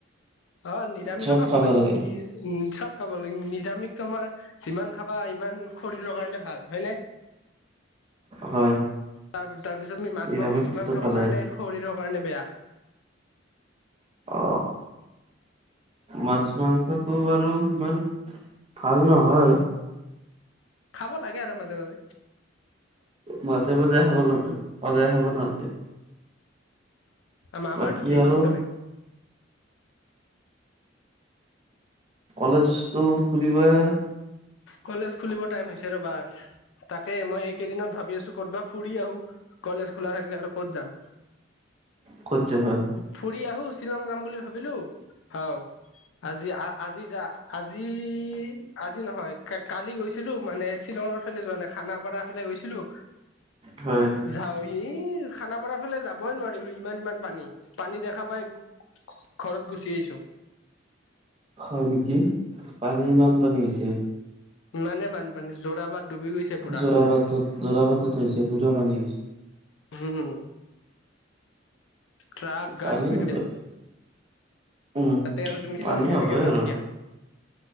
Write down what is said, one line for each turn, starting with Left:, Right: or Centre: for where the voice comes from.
Left: অ নিৰামিষো
Right: চব
Left: খাব লাগিব
Right: লাগে
Left: নিৰ উম চব খাব লাগে, নিৰামিষ তোমাৰ যিমান খাবা ইমান শৰীৰৰ কাৰণে ভাল হয় নে?
Right: হয়।
Left: তাৰ তাৰ পিছত মি মাছ
Right: নিৰামিষটোতো
Left: - মাংস যিমান খাম
Right: ভালে
Left: সিমানে শৰীৰৰ কাৰণে বেয়া।
Right: অ মাছ- মাংসটো বাৰু ইমান ভাল নহয়।
Left: খাব লাগে আৰু মাজে - মাজে।
Right: মাজে - মাজে খাব লাগে, সদায় খাব নালাগে।
Left: আমা
Right: বাকী
Left: আমাৰটো ডেইলি
Right: আৰু
Left: চলে।
Right: কলেজটো খুলিবৰ
Left: কলেজ খুলিব টাইম হৈছে ৰ'বাৰ। তাকে মই এইকেইদিনত ভাবি আছো ক'তবা ফুৰি আহো কলেজ খোলা থাকিলে আৰু ক'ত যাম।
Right: ক'ত যাবা?
Left: ফুৰি আহো শ্বিলং যাম বুলি ভাবিলো আৰু আজি আ আজি যা আজি আজি নহয়। কালি গৈছিলোঁ মানে শ্বিলঙৰ ফালে যোৱা নাই খানাপাৰা ফালে গৈছিলোঁ।
Right: হয়।
Left: যাওঁ এই খানাপাৰা ফালে যাবই নোৱাৰিলোঁ ইমান ইমান পানী। পানী দেখা পাই ঘৰত গুচি আহিছো।
Right: হয়, নেকি পানী ইমান পানী হৈছে!
Left: মানে বানপানী যোৰাবাট ডুবি গৈছে পুৰা
Right: যোৰাবাটত যোৰাবাটতত হৈছে পুৰা পানী হৈছে।
Left: উম। ট্ৰাক
Right: পানী
Left: <unintelligible>
Right: হ'ব উম
Left: তাতে আৰু তুমি শ্বিলং
Right: পানী
Left: কেনেকে
Right: হ'বই
Left: যাব
Right: আৰু
Left: এতিয়া